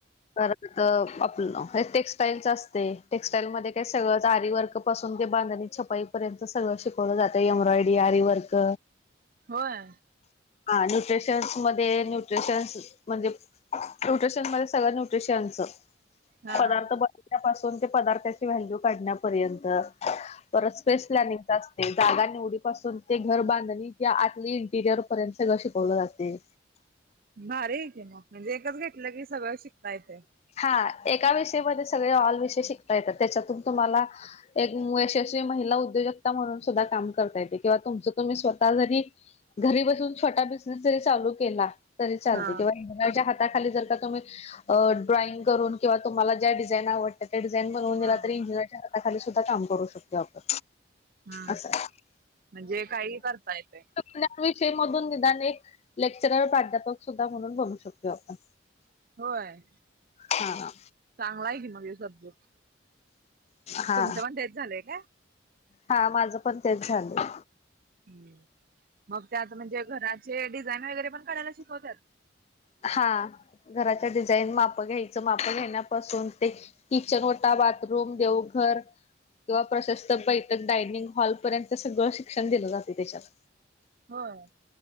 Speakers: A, on the left; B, on the right.
A: ख आपलं टेक्स्टाईलच असते, टेक्स्टाईल मध्ये काय सगळं आरी वर्क पासून ते बांधणी छपाई पर्यंत सगळं शिकवलं जाते एम्ब्रॉयडरी, आरी वर्क
B: होय.
A: हा न्यूट्रिशन्स मध्ये न्यूट्रिशन्स म्हणजे न्यूट्रिशन मध्ये सगळं न्यूट्रिशनचं.
B: हा
A: पदार्थ बनवण्यापासून ते पदार्थाची व्हॅल्यू काढण्यापर्यंत. परत स्पेस लायनीग असत. जागा निवडी पाासून ते घर बांधणी ते आतली इंटिरियर पर्यंत सगळं शिकवलं जातंय.
B: भारी आहे कि मग म्हणजे एकच घेतलं की सगळं शिकता येते.
A: हा एका विषयमध्ये सगळे ऑल विषय शिकता येतात त्याच्यातून तुम्हाला एक यशस्वी महिला उद्योजकता म्हणून सुद्धा काम करता येतंय किंवा तुमचं तुम्ही स्वतः जरी घरी बसून छोटा बिझनेस जरी चालू केला. तरी चालते
B: हा
A: किंवा इच्या हाताखाली जर का तुम्ही अ ड्रॉइंग करून किंवा तुम्हांला ज्या डिझाईन आवडतात त्या डिझाईन बणून दिला
B: हा
A: तरी इंजिनिर हाताखाली सुद्धा काम करू शकतोय आपण.
B: हा
A: असं आहे.
B: म्हणजे काही करता येतेय.
A: या विषय मधून निदान एक लेक्चरर प्राध्यापक सुद्धा म्हणून बनू शकतो आपण.
B: होय.
A: हां.
B: चांगलाय की मग हे सब्जेक्ट
A: हा
B: तुमचं पण तेच झालंय काय?
A: हा माझं पण तेच झालंय.
B: हम्म, मग त्यात म्हणजे घराचे डिझाईन वगैरे पण करायला शिकवत्यात?
A: हा घराच्या डिझाईन माप घ्यायचं माप घेण्यापासून ते किचन ओटा, बाथरूम, देवघर किंवा प्रशस्त बैठक डायनिंग हॉलपर्यंत सगळं शिक्षण दिलं जाते त्याच्यात.
B: होय.